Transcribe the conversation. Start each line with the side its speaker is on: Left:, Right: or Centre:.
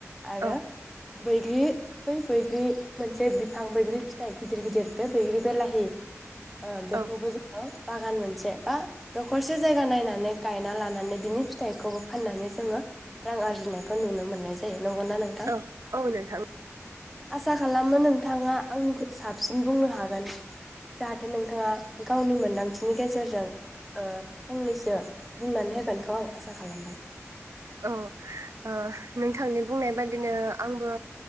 Centre: आरो
Right: औ
Centre: बैग्रि बै बैग्रि मोनसे बिफां बैग्रि फिथाइ गिदिर गिदिर बे बैग्रि बे लाहि ओ बेखौबो
Right: औ
Centre: जोंङो बागान मोन से बा दखरसे जायगा नायनानै गायना लानानै बिनि फिथाइखौबो फाननानै जोङो रां आरजिनायखौ नुनो मोननाय जायो। नंगौना नोंथां
Right: औ औ नोंथां।
Centre: आसा खालामो नोंथाङा आंनिखौ साबसिन बुंनो हागोन? जाहाथे नोंथाङा गावनि मोन्दांथिनि गेजेरजों ओ फंनैसो बुंनानै होगोनखौ आं आसा खालामबाय।
Right: औ ओ नोंथांनि बुंनाय बादिनो आंबो